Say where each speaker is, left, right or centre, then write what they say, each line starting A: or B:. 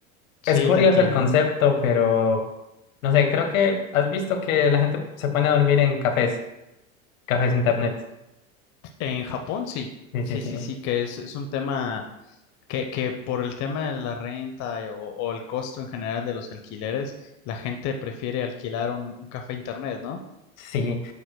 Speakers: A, on the left; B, on the left.
A: Sí,
B: Es curioso
A: te entiendo.
B: el concepto, pero no sé, creo que has visto que la gente se pone a dormir en cafés, cafés internet.
A: En Japón, sí.
B: Sí,
A: Sí,
B: sí, sí.
A: sí, sí, que es, es un tema que, que por el tema de la renta y- o, o el costo en general de los alquileres, la gente prefiere alquilar un, un café internet, ¿no?
B: Sí,